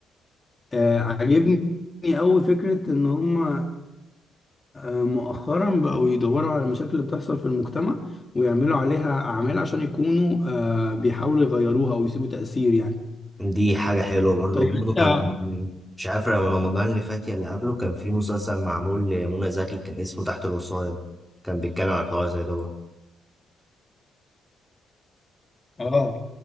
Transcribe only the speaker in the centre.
دي حاجة حلوة برضو
برضو كان
مش عارف رمضان اللي فات يا اللي قبله كان في مسلسل معمول لمنى زكي كان اسمه تحت الوصاية كان بيتكلم عن حوار زي ده برضه